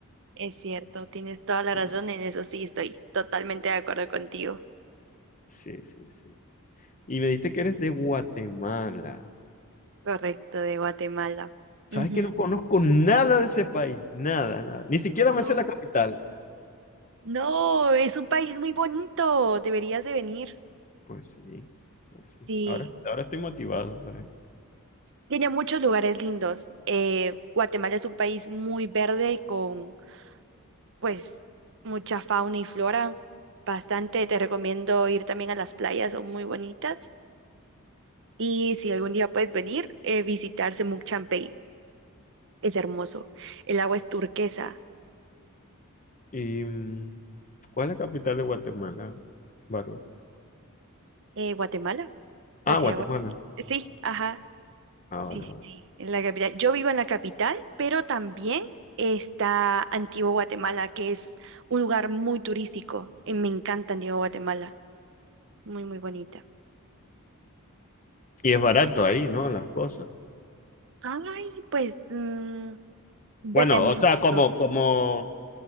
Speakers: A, on the right; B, on the left.
A: Es cierto, tienes toda la
B: Sí,
A: razón en eso, sí, estoy totalmente de acuerdo contigo.
B: sí, sí, sí. Y me dijiste que eres de Guatemala.
A: Correcto, de Guatemala. Ujú.
B: ¿Sabes que no conozco nada de ese país? Nada, nada. Ni siquiera me
A: No,
B: sé la capital.
A: no, es un país muy bonito, deberías de venir.
B: Pues sí, pues sí.
A: Sí,
B: Ahora, ahora estoy motivado por ahí.
A: tiene muchos lugares lindos. Eh, Guatemala es un país muy verde y con, pues, mucha fauna y flora. Bastante, te recomiendo ir también a las playas, son muy bonitas. Y si algún día puedes venir, eh, visitar Semuc Champey. Es hermoso. El agua es turquesa.
B: ¿Y mm, cuál es la capital de Guatemala, Bárbara?
A: Eh, Guatemala, la
B: Ah,
A: ciudad
B: Guatemala.
A: de Guatemala. Eh, Sí, ajá.
B: Ah, vale,
A: Sí, sí,
B: vale.
A: sí, en la capital. Yo vivo en la capital, pero también está Antigua Guatemala, que es un lugar muy turístico. Y me encanta Antigua Guatemala. Muy, muy bonita.
B: Y es barato ahí, ¿no? Las cosas.
A: Ay, pues mm, depende
B: Bueno, o sea, como,
A: mucho.
B: como